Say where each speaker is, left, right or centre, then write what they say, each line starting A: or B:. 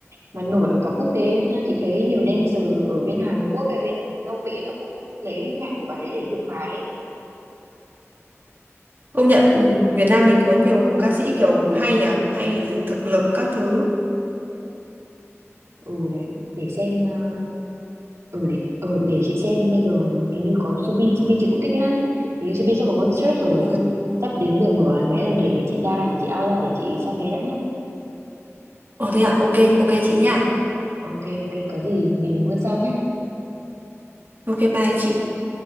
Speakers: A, on the right; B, on the right.
A: mà nổi ở cả quốc tế đấy nha, chị thấy nhiều dancer ở bên Hàn Quốc hay bên Âu Mỹ là cũng lấy nhạc của bài đấy để dựng bài ấy.
B: Công nhận ừ, Việt Nam mình có nhiều ca sĩ kiểu hay nhỉ, hay rồi thực lực các thứ.
A: Ừ đấy, để xem uh, ừ để ừ, để chị xem bây giờ hình như có Subin, Subin chị cũng thích lắm. Hình như Subin sắp có concert rồi.
B: Ừ.
A: Sắp đến giờ mở bán vé
B: Ừ.
A: rồi để để chị ra, để chị out ra để chị săn vé đã nhá.
B: Ồ thế ạ, ok, ok chị nha.
A: Ok ok, có gì mình buôn sau nhá.
B: Ok bye chị.